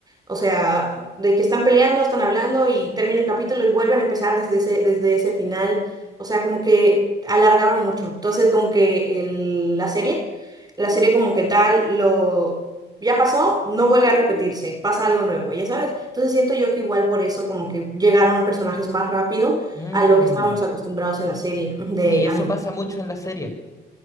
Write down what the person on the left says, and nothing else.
Mm,
sí, eso
pasa mucho en la serie.